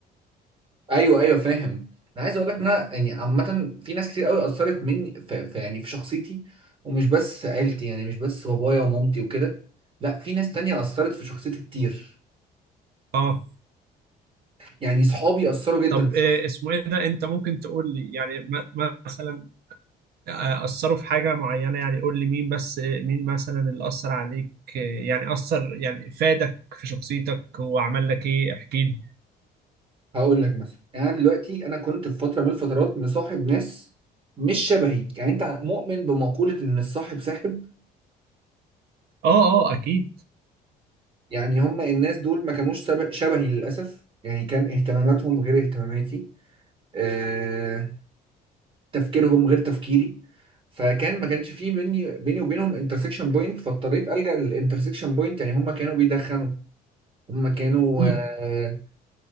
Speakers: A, on the right (about 30°); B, on the right (about 70°).
A: ايوه ايوه فاهم انا عايز اقول لك إن انا يعني عامه في ناس كتير قوي اثرت مني في في- يعني في شخصيتي ومش بس في عيلتي يعني مش بس بابايا ومامتي وكده لا في ناس تانية اثرت في شخصيتي كتير
B: آه
A: يعني صحابي اثروا جدا
B: طب
A: في
B: آه،
A: شخصيتي
B: اسمه إيه ده أنت ممكن تقول لي يعني م- مثلا أثروا في حاجة معينة يعني قول لي مين بس مين مثلا اللي أثر عليك يعني أثر يعني فادك في شخصيتك وعمل لك إيه احكي لي
A: هقول لك مثلا يعني انا دلوقتي انا كنت في فتره من الفترات مصاحب ناس مش شبهي يعني انت مؤمن بمقوله ان الصاحب ساحب
B: آه آه أكيد
A: يعني هم الناس دول ما كانوش سب- شبهي للاسف يعني كان اهتماماتهم غير اهتماماتي آه، تفكيرهم غير تفكيري فكان ما كانش فيه بيني بيني وبينهم انترسكشن بوينت فاضطريت الجا للانترسكشن بوينت يعني هم كانوا بيدخنوا هم كانوا
B: مم.
A: آه،